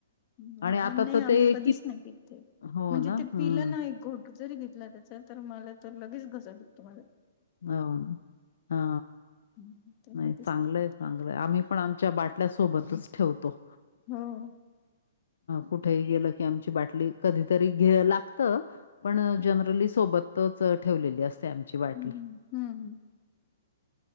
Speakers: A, on the left (about 35°); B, on the left (about 70°).
A: नाही
B: आणि आता तर
A: आम्ही
B: ते
A: कधीच
B: कि
A: नाही पितते
B: हो
A: म्हणजे
B: ना,
A: ते
B: हं.
A: पिलं ना एक घोट जरी घे त्याच तर मला तर लगेच घस दुखतो माझ
B: हाव हा.
A: हं, ते
B: नाही
A: कधीच
B: चांगलंय
A: पित
B: चांगलंय आम्ही पण आमच्या बाटल्यासोबतच ठेवतो.
A: हम्म
B: कुठेही गेलं कि आमची बाटली कधीतरी घे लागत अ पण जनरली सोबतच ठेवलेली अस आमची बाटली.
A: हम्म हम्म